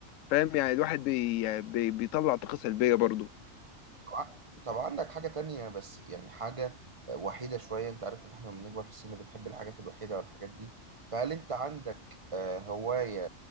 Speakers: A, on the left (about 75°); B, on the right (about 25°).
A: فاهم يعني الواحد بي يعني بي بيطلع طاقة سلبية برضه
B: طبعا طب عندك حاجة تانية بس يعني حاجة وحيدة شوية انت عارف ان احنا لما بنكبر في السن بنحب الحاجات الوحيدة والحاجات دي فهل انت عندك آه، هواية